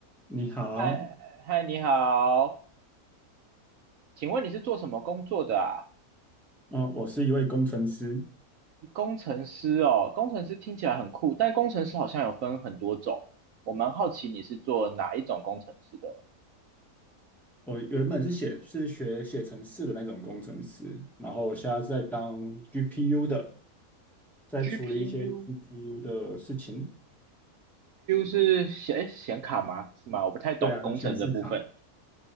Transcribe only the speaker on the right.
嗨嗨，你好，请问你是做什么工作的啊？
工程师哦，工程师听起来很酷，但工程师好像有分很多种，我蛮好奇你是做哪一种工程师的
？GPU，GPU
是显诶显卡吗？是吗？我不太懂工程这部分。